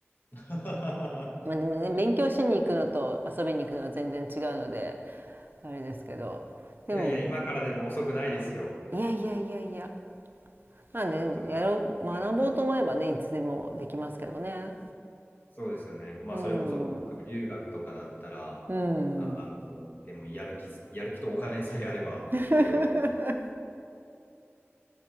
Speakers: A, on the left; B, on the right.
A: <laughs>
B: まあ、でもね勉強しに行くのと遊びに行くのは全然違うのであれですけどでも
A: いやいや、今からでも遅くないですよ。
B: いやいやいやいやまあねでもやろう学ぼうと思えばねいつでもできますけどね。
A: ちょっと。はいそうですよね。まあ、
B: うん
A: それこそ語学留学とかだったら、
B: うん
A: ああの、ね、もうやる気、やる気とお金さえあればいけるわけ
B: <laughs>